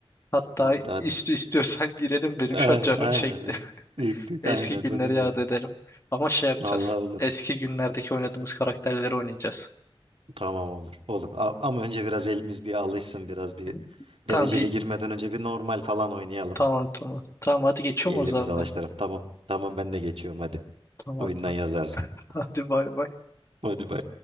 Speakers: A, on the left; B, on the right.
A: Hatta
B: Hatta
A: ist istiyorsan girelim benim
B: Aynen,
A: şu an canım
B: aynen.
A: çekti.
B: evet. İlk tık
A: Eski
B: aynen
A: günleri
B: benim
A: yad
B: de.
A: edelim. Ama şey yapacağız.
B: Allah olur.
A: Eski günlerdeki oynadığımız karakterleri oynayacağız.
B: Tamam olur. Olur. A- Ama önce biraz elimiz bir alışsın. Biraz bir
A: <laughs> Tamam
B: dereceli
A: bir
B: girmeden önce bir normal falan oynayalım.
A: tamam tamam. Tamam hadi geçiyorum
B: Bir elimiz
A: o zaman
B: alıştıralım.
A: ben.
B: Tamam. Tamam ben de geçiyorum hadi.
A: Tamam.
B: Oyundan yazarsın.
A: <laughs> Hadi bay bay.
B: Hadi bay.